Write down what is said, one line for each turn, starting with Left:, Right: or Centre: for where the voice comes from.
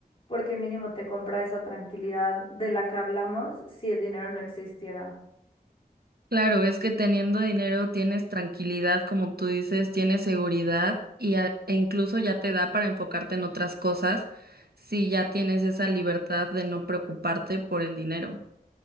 Left: porque mínimo te compra esa tranquilidad de la que hablamos si el dinero no existiera.
Right: Claro, es que teniendo dinero tienes tranquilidad, como tú dices, tienes seguridad y a- e incluso ya te da para enfocarte en otras cosas si ya tienes esa libertad de no preocuparte por el dinero.